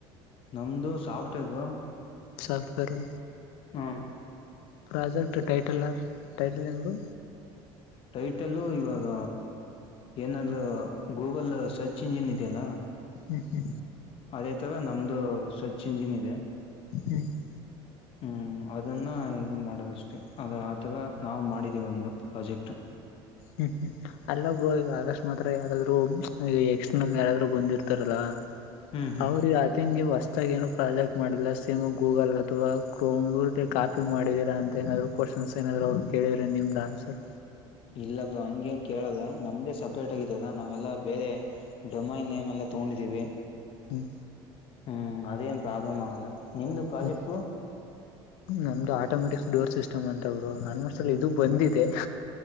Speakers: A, on the left; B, on the left.
A: ನಮ್ದು ಸಾಫ್ಟ್ ವೇರ್ ಬ್ರೋ.
B: ಸಾಫ್ಟ್ವೇರ್.
A: ಹ್ಮ
B: ಪ್ರಾಜೆಕ್ಟ್ ಟೈಟಲರ್ ಟೈಟಲ್ ಹೆಂಗರು
A: ಟೈಟಲ್ಲ ಇವಾಗ ಏನಾದ್ ಗೂಗಲ್ ಸರ್ಚ್ ಇಂಜಿನ್ ಇದೆಯಲ್ಲಾ
B: ಮಕೆ
A: ಅದೇ ತರ ನಮ್ದು ಸ್ವಚ್ ಇಂಜಿನ್ ಇದೆ
B: ಹ್ಮ್ ಹ್ಮ್
A: ಹ್ಮ್ ಅದನ್ನ ಇದು ಮಾಡೋದಷ್ಟೇ ಅದ ಆತರ ನಾವವು್ ಮಾಡಿದೀವಿ ಒಂದು ಪ್ರಾಜೆಕ್ಟ್
B: ಹ್ಮ್ ಹ್ಮ್ ಅಲ್ಲಬ್ರು ಈಗ ಆಗಸ್ಟ್ ಮಾತ್ರ ಯಾರಾದ್ರು ಈ ಎಕ್ಸ್ಟನಲ್ ಯಾರಾದ್ರು ಬೊಂದಿರ್ತಾರಲ್ಲ
A: ಹ್ಮ್ ಹ್ಮ್
B: ಅವ್ರಿಗೆ ಅತನ್ ನೀವು ಅಸ್ ಏನು ಪ್ರಾಜೆಕ್ಟ್ ಮಾಡಿಲ್ಲ ಸೇಮ್ ಗೂಗಲ್ ಅಥವಾ ಕ್ರವ ಕಾಪಿ ಮಾಡಿದೀರಾ ಅಂತ ಏನಾದ್ೂ ಕವ ಸನ್ಸ ನಾದ್ರರು ಅವ್ರು ಕೇಳಿದ್ರೆ ನಿಮ್ದ ಆನ್ಸರ್
A: ಇಲ್ಲಪ್ಪ ಹಂಗೇನ್ ಕೇಳಲ್ಲ ನಮ್ದೇ ಸಪ್ರೇಟ್ ಆಗಿದಲ್ಲಾ ನಾವೆಲ್ಲಾ ಬೇರೆ ಡೊಮೈ ನೇಮ್ ಎಲ್ಲ ತಗೊಂಡಿದ್ದೀವಿ
B: ಹ್ಮ್
A: ಹ್ಮ್ ಅದೇನ್ ಪ್ರಾಬ್ಲಮ್ ಆಗಲ್ಲ ನಿಮ್ದು ಪ್ರಾಜೆಕ್ಟ
B: ಹ್ಮ್ ನಮ್ದು ಆಟೋಮೆಟಿಕ್ಸ್ ಡೋರ್ ಸಿಸ್ಟಮ್ ಅಂತ ಅವರು ಆಲ್ಮೋಸ್ಟ್ ಅಲ್ಲಿ ಇದು ಬಂದಿದೆ